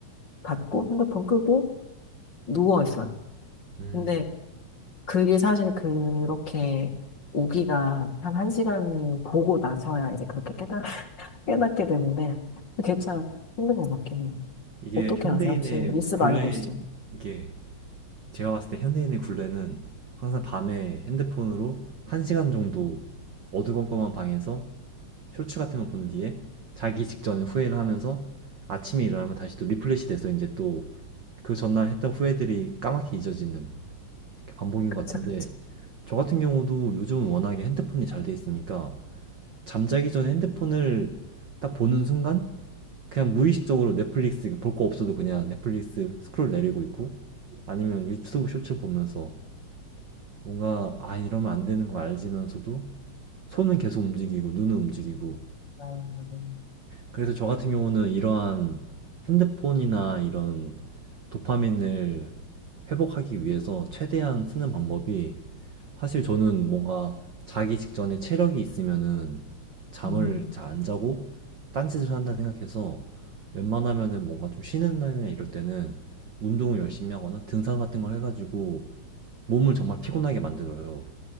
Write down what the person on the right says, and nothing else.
음.
이게
현대인의
굴레,
이게 제가 봤을 때 현대인의 굴레는 항상 밤에 핸드폰으로 한시간 정도 어두컴컴한 방에서 쇼츠 같은 거 본 뒤에 자기 직전에 후회를 하면서 아침에 일어나면 다시 또 리플레시 돼서 이제 또 그 전날 했던 후회들이 까맣게 잊어지는 그 반복인 것
같은데
저 같은 경우도 요즘은 워낙에 핸드폰이 잘 돼 있으니까 잠자기 전에 핸드폰을 딱 보는 순간 그냥 무의식적으로 넷플릭스 볼 거 없어도 그냥 넷플릭스 스크롤 내리고 있고 아니면 유튜브 쇼츠 보면서 뭔가 아 이러면 안 되는 거 알지면서도 손은 계속 움직이고 눈은 움직이고
그래서 저 같은 경우는 이러한 핸드폰이나 이런 도파민을 회복하기 위해서 최대한 쓰는 방법이 사실 저는 뭔가 자기 직전에 체력이 있으면은 잠을
잘 안 자고 딴짓을 한다 생각해서 웬만하면은 뭔가 좀 쉬는 날이나 이럴 때는 운동을 열심히 하거나 등산 같은 걸 해가지고 몸을 정말 피곤하게 만들어요.